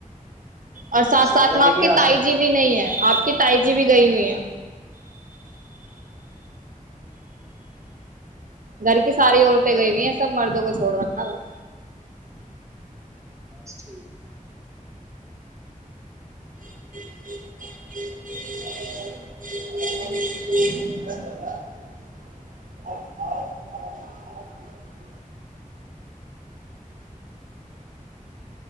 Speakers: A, on the right; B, on the right.
A: اچھا
B: اور ساتھ
A: سمیرہ
B: ساتھ میں
A: بھی
B: آپ
A: نہیں
B: کی
A: ہے آسما
B: تائی جی بھی نہیں ہے آپ کی تائی جی ج بھی گئی ہوئی ہیں گھر کی ساری عورتیں گئی ہوئی ہیں سب مردوں کو چھوڑ رکھا بس
A: بس ٹھیک ہے
B: ج